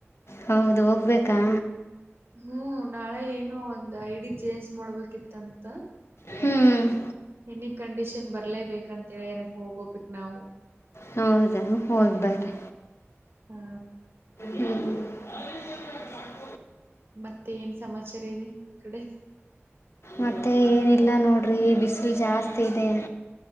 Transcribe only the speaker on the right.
ಹ್ಮ್ ನಾಳೆ ಏನೊ ಒಂದ್ ಐ ಡಿ ಚೇಂಜ್ ಮಾಡ್ಬೇಕಿತ್ತಂತ.
ಎನಿ ಕಂಡೀಷನ್ ಬರ್ಲೇಬೇಕಂತೇಳರ ಹೋಗೋಬಿಕ್ ನಾವು.
ಹಾ
ಮತ್ತೆ ಏನ್ ಸಮಾಚಾರ ಇದೆ ನಿಮ್ ಕಡೆ.